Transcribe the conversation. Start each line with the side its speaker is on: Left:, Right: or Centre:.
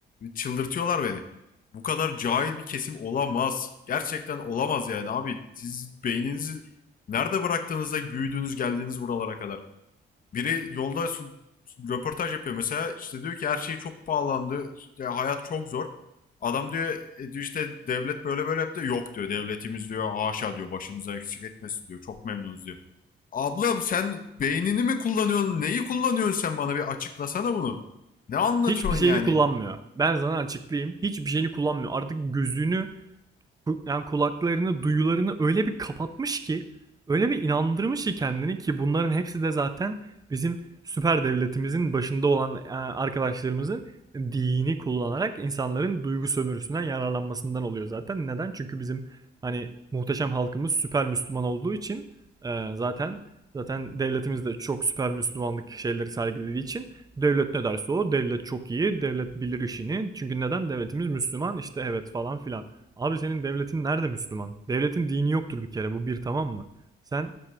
Left: Çıldırtıyorlar beni. Bu kadar cahil bir kesim olamaz. Gerçekten olamaz yani abi. Siz beyninizi nerede bıraktığınızda büyüdüğünüz geldiğiniz buralara kadar. Biri yolda röportaj yapıyor mesela işte diyor ki her şey çok pahalandı. işte hayat çok zor. Adam diyor e, diyor işte devlet böyle böyle yaptı. Yok diyor devletimiz diyor haşa diyor başımıza eksik etmesin diyor. Çok memnunuz diyor. Ablam sen beynini mi kullanıyorsun? Neyi kullanıyorsun sen bana bir açıklasana bunu. Ne anlatıyorsun
Right: Hiçbir şeyini
Left: yani?
Right: kullanmıyor. Ben sana açıklayayım. Hiçbir şeyini kullanmıyor. Artık gözünü yani kulaklarını, duyularını öyle bir kapatmış ki, öyle bir inandırmış ki kendini ki bunların hepsi de zaten bizim süper devletimizin başında olan e, arkadaşlarımızın dini kullanarak insanların duygu sömürüsünden yararlanmasından oluyor zaten. Neden? Çünkü bizim hani muhteşem halkımız süper Müslüman olduğu için e, zaten zaten devletimiz de çok süper Müslümanlık şeyleri sergilediği için devlet ne derse o devlet çok iyi devlet bilir işini çünkü neden devletimiz Müslüman işte evet falan filan Abi senin devletin nerede Müslüman? Devletin dini yoktur bir kere bu bir tamam mı? Sen